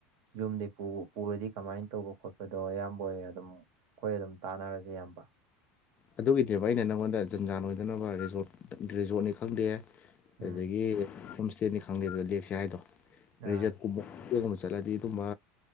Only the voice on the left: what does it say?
ꯑꯗꯨꯒꯤꯗꯤꯕ ꯑꯩꯅ ꯅꯪꯉꯣꯟꯗ ꯖꯟꯖꯥꯟ ꯑꯣꯏꯗꯅꯕ ꯔꯤꯖꯣꯔꯠ ꯔꯤꯖꯣꯔꯠꯅꯤ ꯈꯪꯗꯦ
ꯑꯗꯨꯗꯒꯤ ꯍꯣꯝ ꯏꯁꯇꯦꯅꯤ ꯈꯪꯗꯦ ꯑꯗꯨ ꯂꯦꯛꯁꯦ ꯍꯥꯏꯗꯣ
ꯔꯤꯖꯔꯠ ꯀꯨꯝꯕ ꯀꯒꯨꯝꯕ ꯆꯠꯂꯗꯤ ꯑꯗꯨꯝꯕ